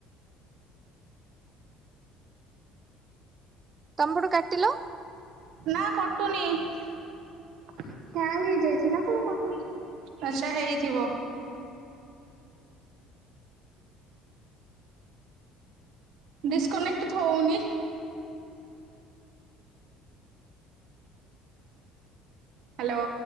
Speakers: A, on the right; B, on the right.
A: ତମ ପଟୁ କାଟିଲ?
B: ନା କଟୁନି । ହ୍ୟାଙ୍ଗ ହେଇଯାଇଚିନା କଣ କଟୁନି, ଆଛା ହେଇଥିବ ଡିସକନେକ୍ଟ ଥଉନି ହ୍ୟାଲୋ